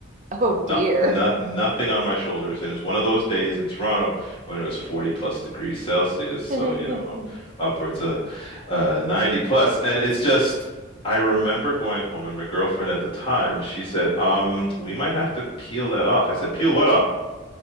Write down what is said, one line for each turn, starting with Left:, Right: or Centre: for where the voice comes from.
Right: Oh
Left: Not,
Right: dear.
Left: not, nothing on my shoulders. And it was one of those days in Toronto when it was 40 plus degrees Celsius. So,
Right: <laughs>
Left: you know, upwards of uh, 90 plus. And it's just, I remember going home and my girlfriend at the time, she said, um, we might have to peel that off. I said, peel what